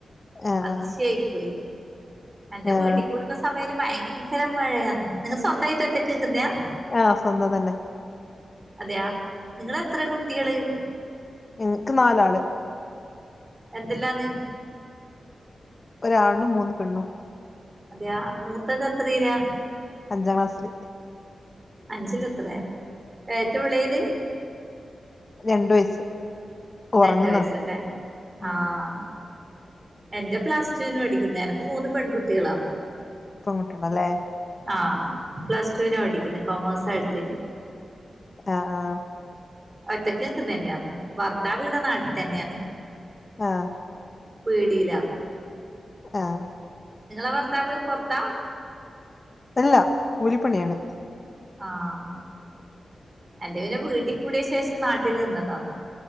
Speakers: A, on the left (about 40°); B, on the right (about 30°).
A: ആഹ്
B: അതിശ്യായി പോയീന്നു. എന്റെ
A: ആഹ്
B: വീട്ടി കൂടുന്ന സമേയില് ഭയങ്കര മഴയാ നിങ്ങ സ്വന്തായിട്ട് ഒറ്റക്ക് നിക്കുന്നയാ?
A: ആ സ്വന്തം തന്നെ.
B: അതയാ? നിങ്ങളെത്രേ കുട്ടികള്?
A: എൻക്ക് നാലാള്.
B: എന്തെല്ലാന്ന്?
A: ഒരാണ്ണും മൂന്ന് പെണ്ണും.
B: അതെയ മൂത്തത് എത്രീല
A: അഞ്ചാം ക്ലാസ്സിൽ
B: അഞ്ചില എത്രയ ഏറ്റവും ഇളയത്
A: രണ്ടു വയസ്സ് ഉറങ്ങുന്നാ
B: രണ്ട് വയസല്ലേ
A: ഉം
B: ആഹ് എന്റെ പ്ലസ് ടുവിന് പടിക്കുന്ന എനക്ക് മൂന്ന് പെൺകുട്ടികളാണ്
A: പെൺകുട്ടികളല്ലേ
B: ആ പ്ലസ്ടുവിന പഠിക്കുന്നെ കോമേഴ്സ എടുത്തനി
A: ആഹ് ആഹ്
B: ഒറ്റക്ക് നിക്കുന്ന തന്നെയാണ് ഭർത്താവിടെ നാട്ടിൽ തന്നെയാണ്
A: ആഹ്
B: പീടില
A: ആഹ്
B: നിങ്ങളെ ഭർത്താവ് പുറത്താ
A: അല്ല കൂലിപ്പണിയാണ്
B: ആഹ് എന്റെ പിന്നെ വീട്ടിക്കൂടിയ ശേഷം നാട്ടിൽ നിന്നതാ